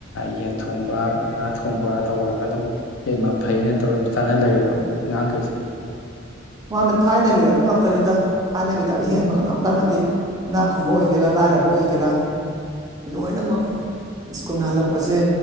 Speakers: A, on the left; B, on the right.
A: ꯌꯦꯟ ꯊꯣꯡꯕ ꯉꯥ ꯊꯣꯡꯕ ꯇꯧꯔꯒ ꯑꯗꯨꯝ ꯌꯦꯟ ꯐꯩꯅ ꯇꯧꯔ ꯆꯥꯅ ꯂꯩꯔꯕ ꯑꯉꯥꯡꯈꯩꯁꯦ
B: ꯃꯥꯅꯦ ꯊꯥꯏꯅꯒꯤꯗ ꯑꯗꯨꯝ ꯉꯥꯛꯇꯅꯤꯇ ꯊꯥꯏꯅꯒꯤꯗ ꯑꯍꯦꯟꯕ ꯀꯅꯥꯝ ꯆꯠꯅꯗꯦ ꯏꯅꯥꯛ ꯈꯨꯟꯕ ꯑꯣꯏꯒꯦꯔꯥ ꯂꯥꯏꯔꯕ ꯑꯣꯏꯒꯦꯔꯥ ꯂꯣꯏꯅꯃꯛ ꯁ꯭ꯀꯨꯜ ꯍꯜꯂꯛꯄꯁꯦ